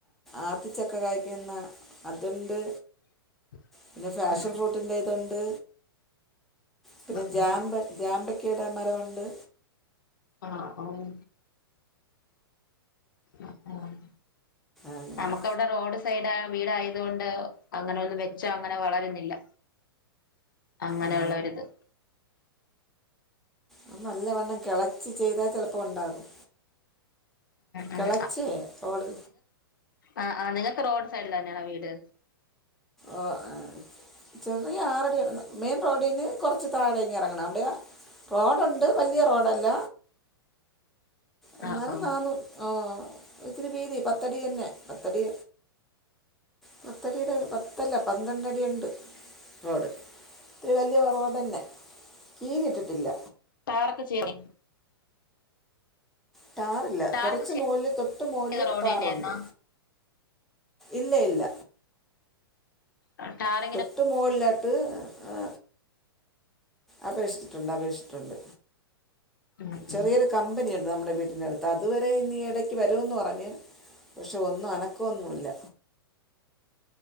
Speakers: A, in the centre; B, on the left (about 55°).
A: ആത്തിച്ചക്ക കായ്ക്കുന്ന അതുണ്ട്
B: <inaudible>
A: പിന്നെ ഫാഷൻ
B: ഉം
A: ഫ്രൂട്ടിന്റെ ഇതുണ്ട് പിന്നെ
B: ഉം
A: ജാമ്പ ജാമ്പ ക്ക മരം ഒണ്ട്
B: ആഹ് ആഹ് ആഹ് ആഹ്
A: അങ്ങനെ
B: നമ്മക്കവ്ടെ റോഡ് സൈഡ് വീട് ആയത് കൊണ്ട് അങ്ങനൊന്നും വെച്ചാ അങ്ങനെ വളരുന്നില്ല അങ്ങനെ
A: ആ
B: ഒള്ള ഒരിത്
A: അത് നല്ലവണ്ണം കെളച്ച് ചെയ്താ ചെലപ്പോ ഉണ്ടാകും
B: ഉം
A: കെളച്ചേ ഓട്
B: ആഹ് ആഹ് നിങ്ങക്ക് റോഡ് സൈഡില് തന്നയാണോ വീട്
A: ഓഹ് ആഹ് ചെറിയ ആറടി മെയിൻ റോഡീന്ന് കുറച്ച് താഴേക്ക് ഇറങ്ങണം അവിടെയാ റോഡ് ഒണ്ട് വലിയ റോഡല്ല
B: <inaudible>
A: എന്നാലും
B: ആ ആ
A: നാന്നു ആഹ് ഇച്ചിരി വീതി പത്തടി തന്നെ പത്തടി. പത്തടീടെ പത്ത. ത്തല്ല പന്ത്രണ്ടടിയുണ്ട് റോഡ് ത്തിരി വല്ല്യ റോ റോഡന്നെ. ലീവ് കിട്ടത്തില്ല.
B: ടാറൊക്കെ ചെയ്യണെ.
A: ട്ടാർ. ഇല്ല
B: ടാറൊക്കെ
A: കൊറച്ച് മോളില് തൊട്ട് മോളിൽ
B: ചെയ്ത റോഡ്
A: താറുണ്ട്
B: തന്നെയായിരുന്നോ
A: ഇല്ല ഇല്ല.
B: ആഹ് ട്ടാർ.
A: തൊട്ട് മോളില്ലാട്ട് ഏഹ്. അപേക്ഷിച്ചിട്ടുണ്ട് അപേക്ഷിച്ചിട്ടുണ്ട്
B: ഉം
A: ചെറിയൊരു.
B: ഉം
A: കമ്പനിയുണ്ട് നമ്മുടെ വീട്ടിൻ്റെ അടുത്ത് അതുവരെ ഇനി എടയ്ക്ക് വരുന്ന് പറഞ്ഞ്. പക്ഷെ ഒന്നും അനക്കൊന്നുല്ല.